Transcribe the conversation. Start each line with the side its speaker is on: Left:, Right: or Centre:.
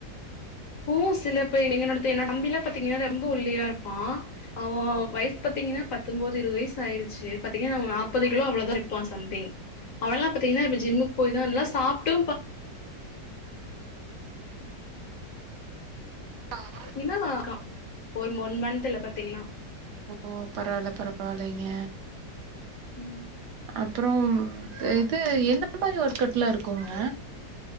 Left: ஒ சில பேர் என்னடத்த என்னோட தம்பிலா பாத்தீங்கன்னா ரொம்ப ஒல்லியா இருப்பா அவ வயசு பாத்தீங்கன்னா பத்தொன்பது இருவது வயசு ஆயிருச்சு பாத்தீங்கன்னா அவ நாப்பது கிலோ அவ்ளவுதா இருப்பா சம்திங் அவல்லா பாத்தீங்கன்னா இப்ப ஜிம்முக்கு போய்தா நல்லா சாப்டு பாத்
Right: ஆ <inaudible>
Left: <unintelligible> இருக்கா ஒரு ஒன் மன்த்ல பாத்தீங்கன்னா
Right: ஓ பரவால்ல பரவால்லைங்க
Left: ம்
Right: அப்றோ இது என்ன மாரி ஒர்க் அவுட்லா இருக்குங்க